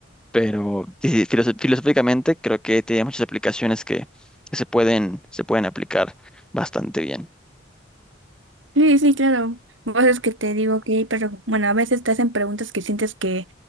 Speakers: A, in the centre; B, on the right.
A: pero sí, filoso- filosóficamente creo que tiene muchas aplicaciones que, que se pueden, se pueden aplicar bastante bien.
B: Sí, sí, claro. Vos es que te digo que, pero bueno, a veces te hacen preguntas que sientes que